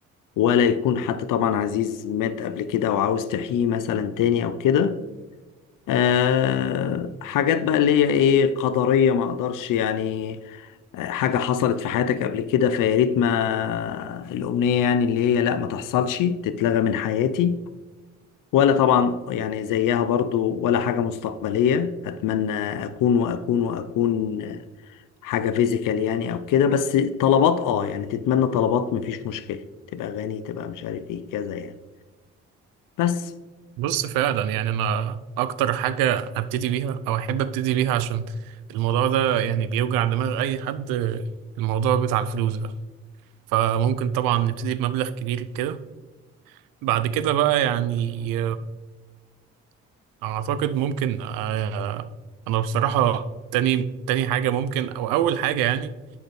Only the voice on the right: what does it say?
بص فعلا يعني انا اكتر حاجه ابتدي بيها او احب ابتدي بيها عشان الموضوع ده يعني بيوجع دماغ اي حد آه، الموضوع بتاع الفلوس ده فممكن طبعا نبتدي بمبلغ كبير كده بعد كده بقى يعني اعتقد ممكن آه، انا بصراحه تاني تاني حاجه ممكن او اول حاجه يعني